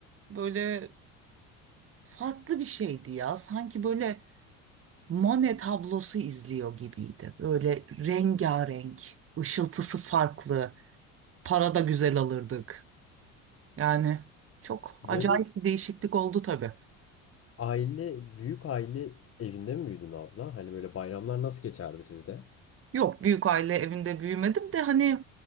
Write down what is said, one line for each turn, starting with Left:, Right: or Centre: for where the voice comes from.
Right: böyle farklı bir şeydi ya. Sanki böyle Monet tablosu izliyor gibiydi. Böyle rengarenk, ışıltısı farklı. Para da güzel alırdık. Yani çok
Left: Böyle
Right: acayip bir değişiklik oldu tabii.
Left: aile, büyük aile evinde mi büyüdün abla? Hani böyle bayramlar nasıl geçerdi sizde?
Right: Yok büyük aile evinde büyümedim de hani